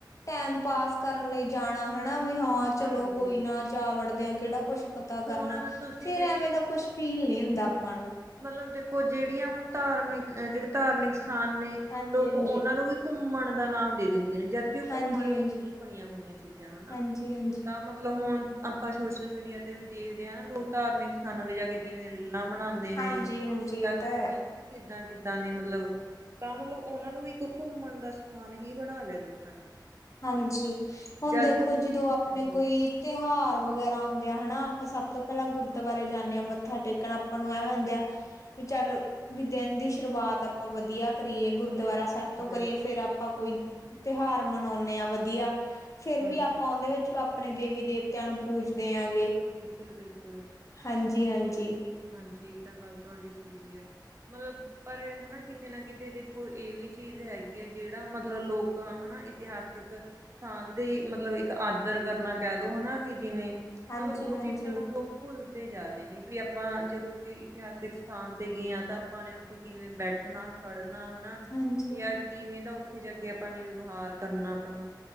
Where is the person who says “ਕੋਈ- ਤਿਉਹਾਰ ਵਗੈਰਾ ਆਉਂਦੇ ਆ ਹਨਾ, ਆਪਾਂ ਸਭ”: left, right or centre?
Left